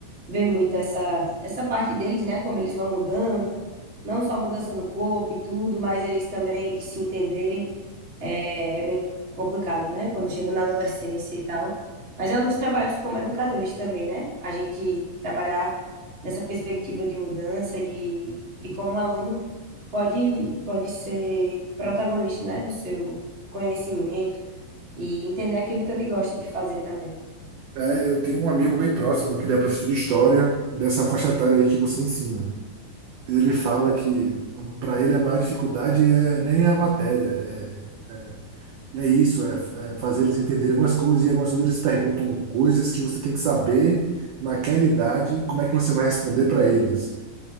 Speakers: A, on the right (about 30°); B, on the right (about 80°).
A: ver muito essa, essa parte deles, né? Como eles vão mudando, não só mudança no corpo e tudo, mas eles também de se entenderem. É, é bem complicado, né? Quando chega na adolescência e tal. Mas é um dos trabalhos como educadores também, né? A gente trabalhar nessa perspectiva de mudança, de, de como o aluno pode, pode ser protagonista, né? Do seu conhecimento e entender aquilo que ele gosta de fazer também.
B: É, eu tenho um amigo bem próximo, que ele é professor de história, dessa faixa etária aí que você ensina. Ele fala que para ele a maior dificuldade é nem a matéria, é, é isso, é, é fazer eles entenderem algumas coisas, e algumas vezes eles perguntam coisas que você tem que saber naquela idade, como é que você vai responder para eles.